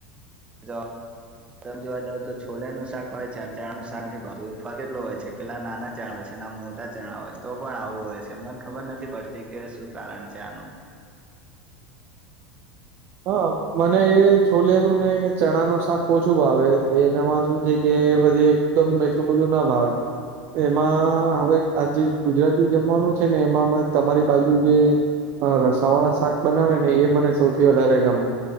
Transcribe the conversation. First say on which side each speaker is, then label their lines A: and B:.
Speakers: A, on the right; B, on the right.
A: તો તમે જોવા જાવ તો છોલેનું શાક ભાવ છે અન ચણાનું શાક નથી ભાવતું. ફર્ક એટલો હોય છે પેલા નાના ચણા હોય છે અન આ મોટા ચણા હોય તો પણ આવું હોય છે મને ખબર નથી પડ તી કે શું કારણ છે આનું.
B: હા, મને એ છોલેનું ને એ ચણાનું શાક ઓછું ભાવે એનામાં શું છે કે બધી એ કદમ એટલું બધું ના ભાવે. એમાં હવે આ જે ગુજરાતી જમવાનું છે ને એમાં તમારી બાજુ જે અ રસાવાળા શાક બનાવેને એ મને સૌથી વધારે ગમે.